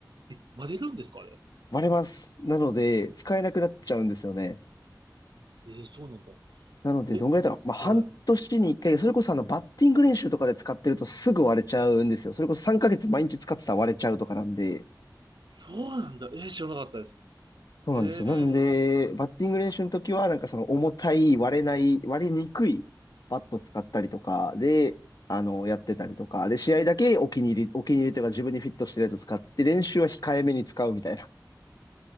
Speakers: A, on the right (about 80°); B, on the left (about 55°).
A: い。え、割れるんですかあれ。
B: 割れます。なので、使えなくなっちゃうんですよね。
A: えー、そうなんだ。
B: なので、
A: え、
B: どんぐらいだろう。まあ、半年に一回、
A: はい。
B: それこそあの、バッティング練習とかで使ってるとすぐ割れちゃうんですよ。それこそ3ヶ月毎日使ってたら割れちゃうとかなんで、
A: そうなんだ。えー、知らなかったです。
B: そうなんですよ。
A: え
B: なんで、
A: ー、
B: バッティング練習の時は、なんかその重たい、割れない、割れにくいバット使ったりとかで、あの、やってたりとか、で、試合だけお気に入り、お気に入りというか自分にフィットしてるやつ使って、練習は控えめに使うみたいな